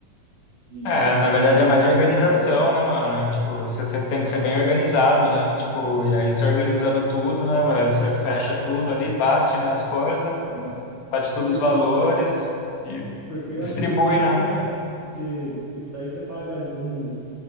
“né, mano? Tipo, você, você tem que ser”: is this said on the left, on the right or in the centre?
Left